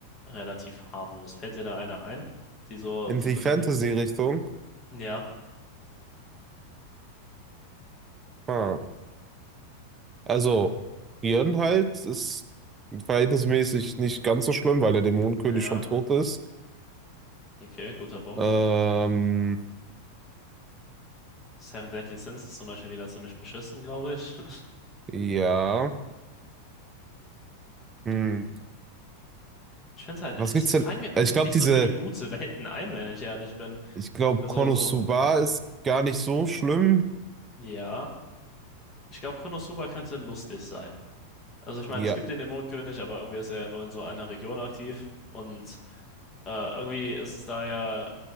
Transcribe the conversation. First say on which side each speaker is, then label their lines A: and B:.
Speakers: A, on the left; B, on the right.
A: relativ harmlos? Fällt dir da eine ein, die so,
B: In
A: so
B: die
A: ein bisschen...
B: Fantasy-Richtung.
A: fe- Ja,
B: Ha. Also,
A: ähm,
B: Björn halt ist verhältnismäßig nicht ganz so schlimm, weil der Dämonenkönig
A: ja,
B: schon tot ist.
A: okay, guter Punkt.
B: Ähm,
A: Seven Deadly Sins ist zum Beispiel wieder ziemlich beschissen, glaube ich. <laughs>
B: ja. Hm.
A: Hm. Ich finde es halt,
B: Was
A: es
B: gibt's denn?
A: fallen mir irgendwie
B: Ich glaube,
A: nicht
B: diese,
A: so viele gute Welten ein, wenn ich ehrlich bin.
B: ich glaube,
A: Also
B: Konosuba
A: so,
B: ist gar nicht so schlimm.
A: ja, ich glaube, Konosuba könnte lustig sein. Also ich meine,
B: Ja,
A: es gibt den Dämonenkönig, aber irgendwie ist er ja nur in so einer Region aktiv. Und äh, irgendwie ist es da ja,